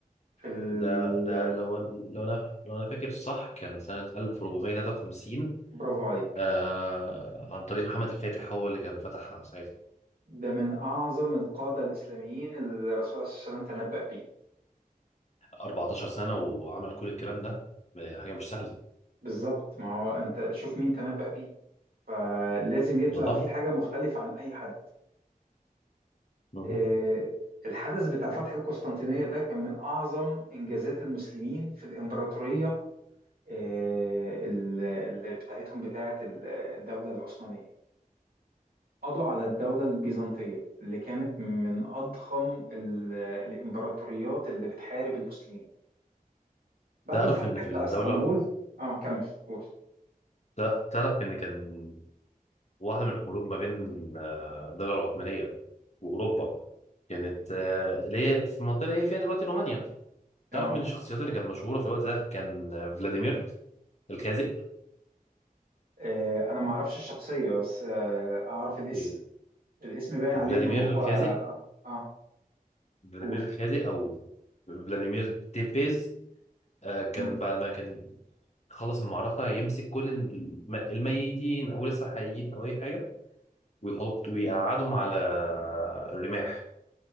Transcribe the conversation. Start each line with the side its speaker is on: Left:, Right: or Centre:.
Right: في ال...
Left: ده انا لو لو انا لو انا فاكر صح كان سنة 1453
Right: <laughs> برافو عليك
Left: آه عن طريق محمد الفاتح هو اللي كان فتحها ساعتها
Right: ده من أعظم القادة الإسلاميين اللي الرسول عليه الصلاة والسلام تنبأ بيه
Left: 14 سنة وعمل كل الكلام ده حاجة مش سهلة
Right: بالظبط ما هو أنت شوف مين تنبأ بيه فلازم يطلع
Left: لا طبعا
Right: فيه حاجة مختلفة عن أي حد
Left: مهم.
Right: آه، الحدث بتاع فتح القسطنطينية ده كان من أعظم إنجازات المسلمين في الإمبراطورية آه، ال- اللي بتاعتهم بتاعت الدولة العثمانية قضوا على الدولة البيزنطية اللي كانت من أضخم ال- الإمبراطوريات اللي بتحارب المسلمين بعد
Left: تعرف
Right: الفتح
Left: ان
Right: بتاع
Left: في الدولة
Right: اسطنبول اه كمل قول
Left: تعرف تعرف إن كان واحدة من الحروب ما بين آه، الدولة العثمانية وأوروبا كانت آه، اللي هي في المنطقة اللي هي فيها دلوقتي رومانيا
Right: اه
Left: تعرف من الشخصيات اللي كانت مشهورة في الوقت ده كان آه، فلاديمير الخازق
Right: آه، أنا ما أعرفش الشخصية بس آه، أعرف الاسم
Left: إيه،
Right: الاسم باين
Left: فلاديمير
Right: عليه إن هو
Left: الخازق
Right: اه اه
Left: فلاديمير
Right: قول
Left: الخازق أو فلاديمير تيبيز آه، كان
Right: مم.
Left: بعد ما كان خلص المعركة يمسك كل الم- الميتين أو لسه حيين أو أي حاجة ويحط ويقعدهم على الرماح